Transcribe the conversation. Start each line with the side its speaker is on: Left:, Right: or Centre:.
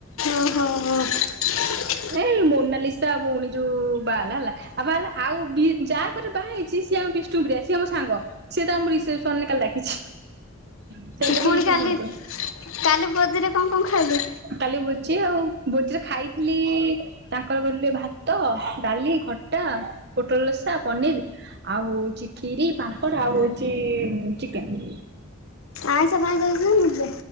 Left: ଓହୋ ହ
Right: ଏ ମୋନାଲିସା ଭଉଣୀ ଯୋଉ ବାହା ହେଲା ହେଲା ଆଉ ବା ହେଲା ଆଉ ଯାହାକ ବାହା ହେଇଛି ସିଏ ଆମ ବିଷ୍ଣୁପି ସିଏ ଆମ ସାଙ୍ଗ ସେ ତ ମୁମ ରଷେପ ସନ୍େ କା ଡଖିଛି ସେଇଟା
Left: ପୁଣି
Right: ପାଇଁ ଯେତୁ
Left: କାଲି
Right: ଫନ କର
Left: କାଲି ବଦିରେ କଣ କଣ ଖାଇଲୁ
Right: କାଲି ଭୋଚି ଆଉ ଭୋଚିରେ ଖାଇଥିଲି ତାଙ୍କର ଗିଲେ ଭାତ ଡାଲି ଖଟା ପୋଟଲ ଲସା ପନିର ଆଉ ହଉଛି ଖିରି ପାମ୍ପଡ଼ ଆଉ ହଉଛି ଚିକେନ
Left: ଆଛ ପା ମୁେ